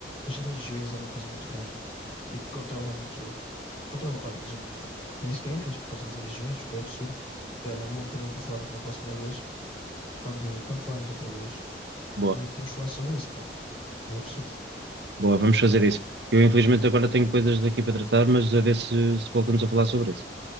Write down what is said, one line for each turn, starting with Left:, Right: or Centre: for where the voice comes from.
Left: as religiões é uma coisa muito grande e que controla muito. Controla, olha, por exemplo, tem-se guerras por causa de religiões, o que é absurdo. Bem, Olha, é um bom tema para falarmos na próxima vez. Quando, quando falarmos outra vez,
Right: Boa,
Left: eh, temos de falar sobre isso, pá, porque é absurdo.
Right: boa, vamos fazer isso. Eu, infelizmente, agora tenho coisas daqui para tratar, mas a ver se se voltamos a falar sobre isso.